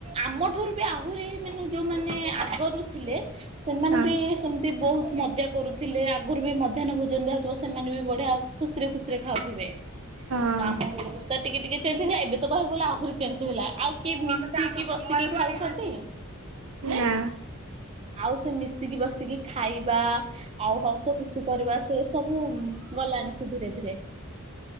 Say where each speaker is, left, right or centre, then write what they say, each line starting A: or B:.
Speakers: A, on the right; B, on the right.
A: ଆମଠୁରୁ ବି ଆହୁରି ମାନେ ଯୋଉମାନୋନ ଆଗରୁ ଥିଲେ ସେମାନେ
B: ହଁ
A: ବି ସେମତି ବୋହୁତ ମଜା କରୁ ଥିଲେ ଆଗୁରୁ ବି ମଧ୍ୟାହ୍ନ ଭୋଜନ ଯାହଉଥିବ ସେମାନେ ବି ବଢିଆ ଖୁସିରେ ଖୁସିରେ ଖାଉଥିବେ।
B: ହଁ
A: ତ ଆମେ <unintelligible> ତ ଟିକେ ଟିକେ ଚଞ୍ଜ ହେଇଗଲା ଏବେ ତ କହିବାକୁ ଗଲେ ଆହୁରି ଚେଞ୍ଜ ହେଇଗଲା। ଆଉ କିଏ ମିଶିକି ବସିକି ଖୁଇଚନ୍ତି?
B: ନା।
A: ଆଉ ସେ ମିଶିକି ବସିକି ଖାଇବା ଆଉ ହସ ଖୁସି କରିବା ସେ ସବୁ ଉଁ ଗଲାଣି ସେ ଧୀରେ ଧୀରେ।